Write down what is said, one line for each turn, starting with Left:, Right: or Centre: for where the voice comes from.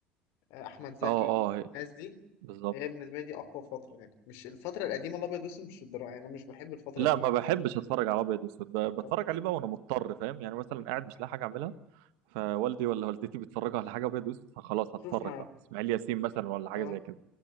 Left: آه، أحمد زكي
Right: اه اه
Left: الناس دي
Right: بالظبط
Left: هي بالنسبة لي دي أقوى فترة يعني مش الفترة القديمة الأبيض والأسود مش الدراما يعني أنا مش بحب الفترة
Right: لا
Left: دي
Right: ما بحبش اتفرج على ابيض واسود ب-
Left: آه.
Right: بتفرج عليه بقى وانا مضطر فاهم يعني مثلا قاعد مش لاقي حاجه اعملها فوالدي ولا والدتي بيتفرجوا على حاجه ابيض واسود فخلاص هتفرج
Left: شوف معاه
Right: بقى اسماعيل ياسين مثلا ولا حاجه
Left: اه
Right: زي كده